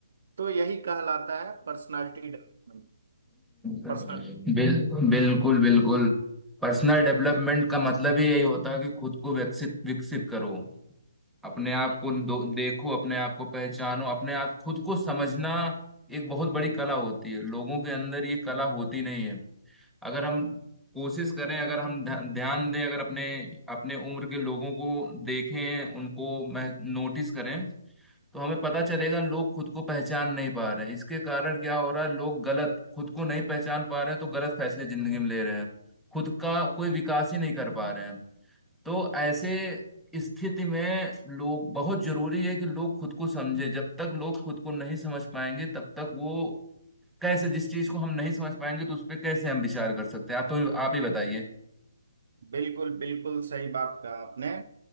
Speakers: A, on the right; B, in the centre.
A: तो यही कहलाता है पर्सनालिटी डेवलपमेंट
B: बिल,
A: पर्सनल
B: बिल्कुल बिल्कुल पर्सनल डेवलपमेंट का मतलब ही यही होता है कि खुद को विकसित विकसित करो अपने आप को दो, देखो अपने आप को पहचानो अपने आप खुद को समझना एक बहुत बड़ी कला होती है लोगों के अंदर ये कला होती नहीं है अगर हम कोशिश करें अगर हम ध- ध्यान दें अगर अपने अपने उम्र के लोगों को देखें उनको मह- नोटिस करें तो हमें पता चलेगा लोग खुद को पहचान नहीं पा रहे हैं। इसके कारण क्या हो रहा है लोग गलत खुद को नहीं पहचान पा रहे हैं तो गलत फैसले जिंदगी में ले रहे हैं खुद का कोई विकास ही नहीं कर पा रहे हैं तो ऐसे स्थिति में लोग बहुत जरूरी है कि लोग खुद को समझे जब तक लोग खुद को नहीं समझ पाएंगे तब तक वो कैसे जिस चीज को हम नहीं समझ पाएंगे तो उस पर कैसे हम विचार कर सकते हैं आप तो आप ही बताइए
A: बिल्कुल बिल्कुल सही बात कहा आपने